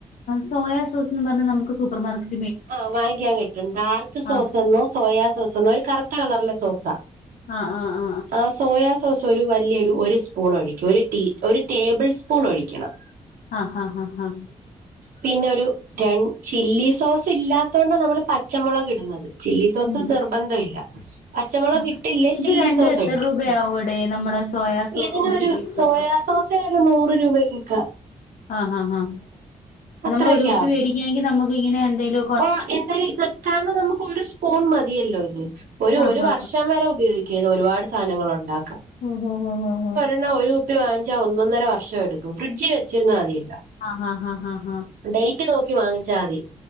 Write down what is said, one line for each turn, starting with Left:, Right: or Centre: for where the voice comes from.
Left: സോയ സോസ്ന്ന് പറഞ്ഞാ നമുക്ക് സൂപ്പർമാർക്കറ്റ്
Right: ആഹ് വാങ്ങിക്കാൻ കിട്ടും ഡാർക്ക് സോസെന്നോ
Left: ആഹ്
Right: സോയാ സോസ്ന്നോ ഒരു കറുത്ത കളറിലെ സോസാ
Left: ആഹ് ആഹ്
Right: ആഹ് സോയ സോസൊരു വല്യയൊരു ഒരു സ്പൂൺ ഒഴിക്കും ഒരു ടീ ഒരു ടേബിൾ സ്പൂൺ ഒഴിക്കണം.
Left: ആഹ് ഹ ഹ ഹാ
Right: പിന്നൊരു രൻ ചില്ലി സോസ് ഇല്ലാത്തൊണ്ടാമ്മള് പച്ച മൊളക്ടുന്നത് ചില്ലി സോസ്
Left: ഉം
Right: നിർബന്ധല്ല പച്ച പച്ചമൊളകിട്ടില്ലേ
Left: ആഹ് ഇത്
Right: ചില്ലി
Left: രണ്ടും
Right: സോസ്
Left: എത്ര
Right: ഒഴിക്ക
Left: രൂപയാവൂടെ നമ്മുടെ സോയാ സോസും
Right: ഇതിനൊരു
Left: ചില്ലി
Right: സോയ
Left: സോസും
Right: സോസിനൊരു നൂറ് രൂപയ്ക്കൊക്ക
Left: ആഹ് ഹാ ഹാ
Right: അത്രയൊക്കെ
Left: നമ്മളൊരു കുപ്പി മേടിക്കാങ്കി നമുക്കിങ്ങനെ എന്തെലൊ
Right: ഓ എന്താല ഇതൊക്കാന്ന് നമുക്ക് ഒരു സ് സ്പൂൺ മതിയല്ലോ ഇത് ഒരു
Left: ആഹ്
Right: ഒരു
Left: ഹാ
Right: വർഷം വരെ ഉപയോഗിക്കാത് ഒരുപാട് സാനങ്ങളുണ്ടാക്കാം.
Left: ഹോ ഹോ ഹോ ഹോ
Right: ണ ഒരു കുപ്പി വാങ്ങിച്ചാ ഒന്നൊന്നര വർഷടുക്കും ഫ്രിഡ്ജീ വെച്ചിരുന്നാ മതില്ലോ
Left: ആഹ് അ അ അ
Right: ഡേയ്റ്റ് നോക്കി വാങ്ങിച്ചാ മതി